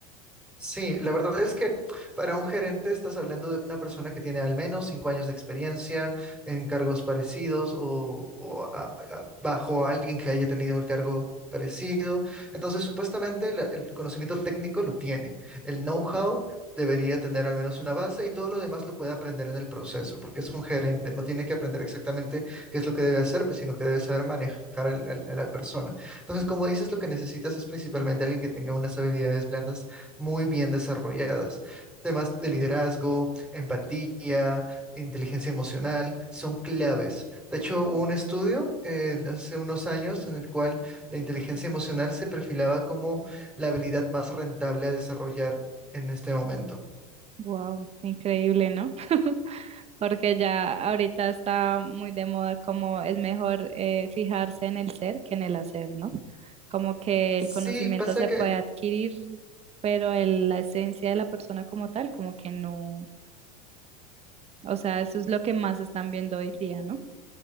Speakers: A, in the centre; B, on the right.
A: Sí, la verdad es que para un gerente estás hablando de una persona que tiene al menos cinco años de experiencia en cargos parecidos o, o a- a- bajo a alguien que haya tenido el cargo parecido. Entonces, supuestamente la- el conocimiento técnico lo tiene. El know-how debería tener al menos una base y todo lo demás lo puede aprender en el proceso, porque es un gerente, no tiene que aprender exactamente qué es lo que debe hacer, pues, sino que debe saber manejar al- al- a la persona. Entonces, como dices, lo que necesitas es principalmente alguien que tenga unas habilidades blandas muy bien desarrolladas. Temas de liderazgo, empatía, inteligencia emocional son claves. De hecho, hubo un estudio eh, hace unos años en el cual la inteligencia emocional se perfilaba como la habilidad más rentable a desarrollar en este momento.
B: Wow, increíble, ¿no? <laughs> Porque ya ahorita está muy de moda como es mejor eh, fijarse en el ser que en el hacer, ¿no? Como que
A: Sí,
B: el conocimiento
A: pasa
B: se
A: que
B: puede adquirir, pero el- la esencia de la persona como tal, como que no. O sea, eso es lo que más están viendo hoy día, ¿no?